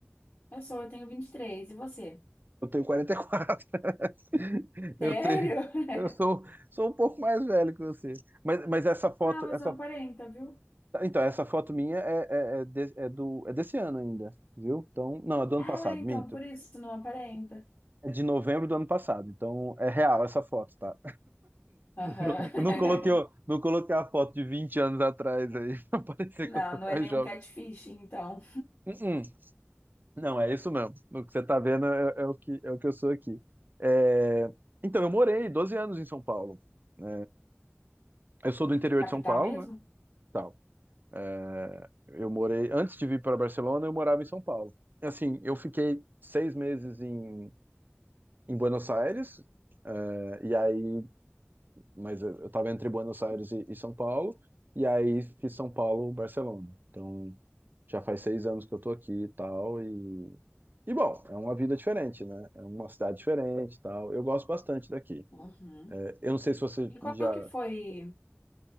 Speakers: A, on the left; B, on the right.
A: Eu sou, eu tenho 23, e três, e você?
B: Eu tenho 44. <laughs> Eu
A: Sério?
B: tenho,
A: <laughs>
B: eu sou, sou um pouco mais velho que você. Mas, mas essa foto,
A: Não, mas
B: essa,
A: não aparenta, viu?
B: então, essa foto minha é, é, é de- é do, é desse ano ainda, viu? Então, não, é do ano
A: Não
B: passado,
A: é então,
B: minto.
A: por isso não aparenta.
B: É de novembro do ano passado, então é real essa foto, tá?
A: Aham.
B: Não, eu não coloquei, o- não coloquei a foto de 20 anos atrás aí, <laughs> pra parecer
A: <laughs> Não,
B: que eu sou
A: não
B: mais
A: é nenhum
B: jovem.
A: catfishing, então.
B: Uh-uh. Não, é isso mesmo. O que você tá vendo é, é o que, é o que eu sou aqui. É, Então, eu morei 12 anos em São Paulo. É, Eu sou do interior
A: Capital
B: de São Paulo,
A: mesmo?
B: né? Tal. É, Eu morei, antes de vir para Barcelona, eu morava em São Paulo. Assim, eu fiquei seis meses em, em Buenos Aires, é, e aí mas eu eu tava entre Buenos Aires e, e São Paulo, e aí fiz São Paulo, Barcelona. Então, já faz seis anos que eu tô aqui e tal, e... E, bom, é uma vida diferente, né? É uma cidade diferente e tal. Eu gosto bastante daqui.
A: Uhum.
B: É, eu não sei se você
A: E qual
B: já...
A: que foi?